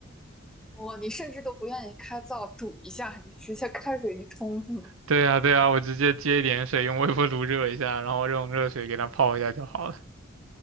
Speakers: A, in the centre; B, on the right (about 80°).
A: <laughs> 哦，你甚至都不愿意开灶煮一下，你直接开水一冲是吗？
B: 对啊，对啊，我直接接一点水，用微波炉热一下，然后用热水给它泡一下就好了。